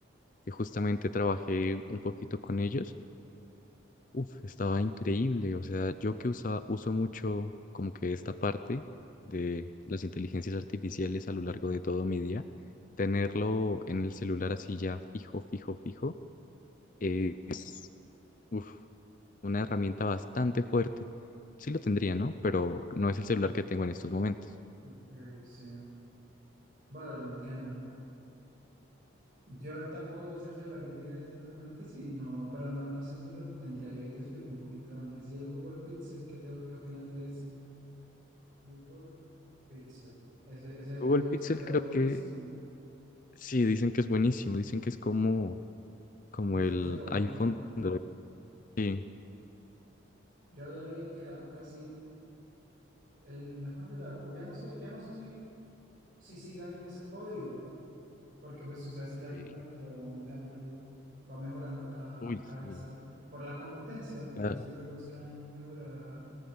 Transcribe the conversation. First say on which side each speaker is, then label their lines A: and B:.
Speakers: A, on the left; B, on the right.
A: que justamente trabajé un poquito con ellos. Uf, estaba increíble. O sea, yo que usa, uso mucho como que esta parte de las inteligencias artificiales a lo largo de todo mi día, tenerlo en el celular así ya fijo, fijo, fijo, eh, es uf, una herramienta bastante fuerte. Sí lo tendría, ¿no? Pero no es el celular que tengo en estos momentos.
B: Ok, sí. Vale, lo entiendo. Yo tampoco es el celular que tengo en ese momentos y no, pero no, no sé si lo tendría yo y te explico un poquito antes. ¿Y el Google Pixel, qué, te, qué opinas de ese? Google Pixel. Ese, ese
A: Google
B: yo había visto
A: Pixel
B: que era
A: creo
B: buenísimo.
A: que sí, dicen que es buenísimo, dicen que es como, como
B: Y es
A: el
B: que se ve bonito.
A: iPhone. de- Sí.
B: Yo había leído que era casi el mejor celular. Pues ya no sé, ya no sé si, si siga ahí en ese podio, porque pues tú sabes que la
A: Ok.
B: tecnología va aumentando, va mejorando cada,
A: Uy,
B: cada
A: sí.
B: que sale. Por la competencia,
A: Ah,
B: siempre buscan mejorar